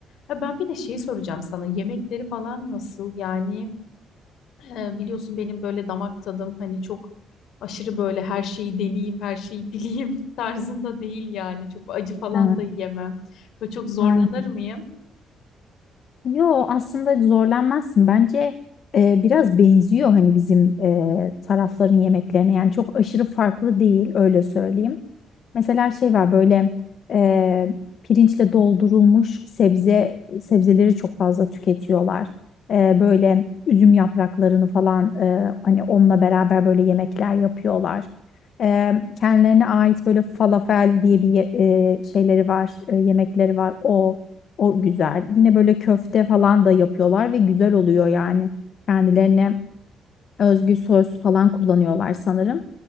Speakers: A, on the left (about 75°); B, on the left (about 60°).
A: Ha, ben bir de şeyi soracağım sana. Yemekleri falan nasıl? Yani Ee, biliyorsun benim böyle damak tadım hani çok aşırı böyle her şeyi deneyeyim, her şeyi bileyim <laughs> tarzında değil yani. Çok acı falan
B: Evet.
A: da yiyemem. Böyle çok zorlanır
B: Aynen.
A: mıyım?
B: Yo aslında zorlanmazsın. Bence e, biraz benziyor hani bizim e, tarafların yemeklerine. Yani çok aşırı farklı değil öyle söyleyeyim. Mesela şey var böyle e, pirinçle doldurulmuş sebze sebzeleri çok fazla tüketiyorlar. E, böyle üzüm yapraklarını falan e, hani onunla beraber böyle yemekler yapıyorlar. E, kendilerine ait böyle falafel diye bir ye- e, şeyleri var, e, yemekleri var. O o güzel. Yine böyle köfte falan da yapıyorlar ve güzel oluyor yani. Kendilerine özgü sos falan kullanıyorlar sanırım.